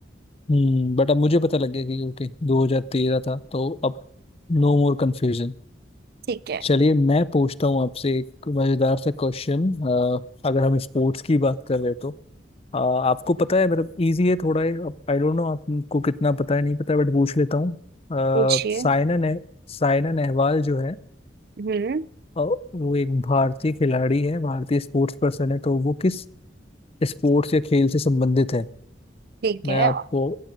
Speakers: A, on the left; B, on the right.
A: हम्म बट अब मुझे पता लग गया कि ओके 2013 था तो अब नो मोर कंफ्यूजन
B: ठीक है
A: चलिए मैं पूछता हूँ आपसे एक मजेदार सा क्वेश्चन अगर हम स्पोर्ट्स की बात कर रहे हैं तो अ, आपको पता है मतलब इजी है थोड़ा ये आई डोंट नो आपको कितना पता है नहीं पता बट पूछ लेता हूँ अ,
B: पूछिए
A: सायना ने सायना नेहवाल जो है
B: हम्म
A: अ, वो एक भारतीय खिलाड़ी है भारतीय स्पोर्ट्स पर्सन है तो वो किस स्पोर्ट्स या खेल से संबंधित है
B: ठीक
A: मैं
B: है
A: आपको